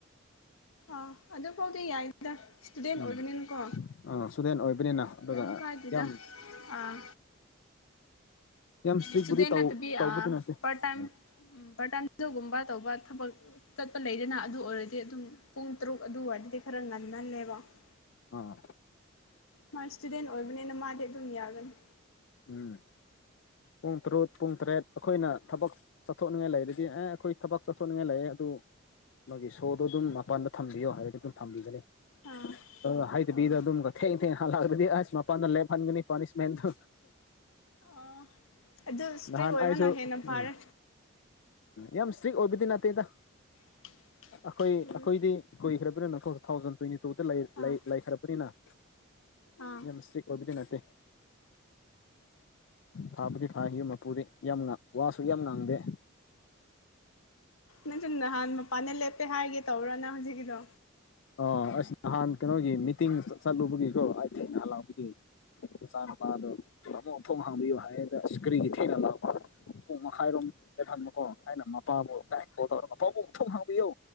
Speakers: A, on the left; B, on the left.
A: ꯑ ꯑꯗꯨ ꯐꯥꯎꯗꯤ ꯌꯥꯏ ꯏꯁꯇꯨꯗꯦꯟ
B: ꯎꯝ
A: ꯑꯣꯏꯕꯅꯤꯅꯀꯣ
B: ꯑꯥ ꯏꯁꯇꯨꯗꯦꯟ ꯑꯣꯏꯕꯅꯤꯅ ꯑꯗꯨꯒ
A: ꯀꯔꯤꯝ ꯀꯥꯏꯗꯦꯗ
B: ꯌꯥꯝ
A: ꯑꯥ
B: ꯌꯥꯝ ꯏꯁꯇ꯭ꯔꯤꯛꯄꯨꯗꯤ
A: ꯁꯇꯨꯗꯦꯟꯠ
B: ꯇꯧ
A: ꯅꯠꯇꯕꯤ
B: ꯇꯧꯕꯗꯤ
A: ꯑꯥ
B: ꯅꯠꯇꯦ
A: ꯄꯥꯔꯠ ꯇꯥꯏꯝ
B: ꯎꯝ
A: ꯄꯥꯔꯠ ꯇꯥꯏꯝ ꯑꯗꯨꯒꯨꯝꯕ ꯇꯧꯕ ꯊꯕꯛ ꯆꯠꯄ ꯂꯩꯗꯅ ꯑꯗꯨ ꯑꯣꯏꯔꯗꯤ ꯑꯗꯨꯝ ꯄꯨꯡ ꯇꯔꯨꯛ ꯑꯗꯨ ꯋꯥꯏꯗꯗꯤ ꯈꯔ ꯉꯟ... <unintelligible>
B: ꯑꯥ
A: ꯃꯥ ꯏꯁꯇꯨꯗꯦꯟ ꯑꯣꯏꯕꯅꯤꯅ ꯃꯥꯗꯤ ꯑꯗꯨꯝ ꯌꯥꯒꯅꯤ
B: ꯎꯝ ꯄꯨꯡ ꯇꯔꯨꯠ ꯄꯨꯡ ꯇꯔꯦꯠ ꯑꯩꯈꯣꯏꯅ ꯊꯕꯛ ꯆꯠꯊꯣꯛꯅꯤꯡꯉꯥꯏ ꯂꯩꯔꯗꯤ ꯑꯦ ꯑꯩꯈꯣꯏ ꯊꯕꯛ ꯆꯠꯊꯣꯛꯅꯤꯡꯉꯥꯏ ꯂꯩ ꯑꯗꯨ ꯃꯥꯒꯤ ꯁꯣꯗꯣ ꯑꯗꯨꯝ ꯃꯄꯥꯟꯗ ꯊꯝꯕꯤꯌꯣ ꯍꯥꯏꯔꯗꯤ ꯑꯗꯨꯝ ꯊꯝꯕꯤꯒꯅꯤ
A: ꯑꯥ
B: ꯑ ꯍꯥꯏꯗꯕꯤꯗ
A: ꯑꯣ
B: ꯑꯗꯨꯝꯒ ꯊꯦꯡ ꯊꯦꯡ ꯍꯟꯂꯛꯑꯗꯤ ꯃꯄꯥꯟꯗ ꯂꯦꯞꯍꯟꯒꯅꯤ ꯄꯥꯅꯤꯁꯃꯦꯟꯗꯣ
A: ꯑꯣ ꯑꯗꯨ ꯏꯁꯇ꯭ꯔꯤꯛ
B: ꯅꯍꯥꯟ
A: ꯑꯣꯏꯕꯅ
B: ꯑꯥꯏꯁꯨ
A: ꯍꯦꯟꯅ ꯐꯔꯦ
B: ꯎꯝ ꯌꯥꯝ ꯁꯇ꯭ꯔ꯭ꯤꯛ ꯑꯣꯏꯕꯗꯤ ꯅꯠꯇꯦꯗ
A: <unintelligible>
B: ꯑꯩꯈꯣꯏ ꯑꯩꯈꯣꯏꯗꯤ
A: ꯎꯝ
B: ꯀꯨꯏꯈ꯭ꯔꯕꯅꯤꯅꯀꯣ ꯇꯨ ꯊꯥꯎꯖꯟ ꯇ꯭ꯋꯦꯟꯇꯤ ꯇꯨꯗ ꯂꯩ
A: ꯑꯥ
B: ꯂꯩ ꯂꯩꯈ꯭ꯔꯕꯅꯤꯅ
A: ꯑꯥ
B: ꯌꯥꯝ ꯁꯇ꯭ꯔꯤꯛ ꯑꯣꯏꯕꯗꯤ ꯅꯠꯇꯦ ꯐꯥꯕꯨꯗꯤ ꯐꯥꯢ ꯌꯨꯝ ꯃꯄꯨꯗꯤ ꯌꯥꯝꯅ ꯋꯥꯁꯨ ꯌꯥꯝ ꯉꯥꯡꯗꯦ
A: ꯅꯪꯁꯨꯨ ꯅꯍꯥꯟ ꯃꯄꯥꯟꯗ ꯂꯦꯞꯄꯦ ꯍꯥꯏꯒꯦ ꯇꯧꯕꯔꯣ ꯅꯪ ꯍꯧꯖꯤꯛꯀꯤꯗꯣ
B: ꯑ ꯑꯁ ꯅꯍꯥꯟ ꯀꯩꯅꯣꯒꯤ ꯃꯤꯇꯤꯡ ꯆꯠꯂꯨꯕꯒꯤꯀꯣ ꯑꯩ ꯊꯦꯡꯅ ꯍꯟꯂꯛꯄꯒꯤ ꯃꯆꯥꯅꯨꯄꯥꯗꯣ ꯇꯥꯃꯣ ꯊꯣꯡ ꯍꯥꯡꯕꯤꯌꯨ ꯍꯥꯏꯌꯦꯗ ꯏꯁ ꯀꯔꯤꯒꯤ ꯊꯦꯡꯅ ꯂꯛꯄꯔꯣ ꯄꯨꯡ ꯃꯈꯥꯏꯔꯣꯝ ꯂꯦꯞꯍꯟꯕꯀꯣ ꯑꯩꯅ ꯃꯄꯥꯕꯨ ꯀꯣꯜ ꯇꯧꯔ ꯄꯥꯕꯨꯡꯊꯣꯡ ꯍꯥꯡꯕꯤꯌꯨ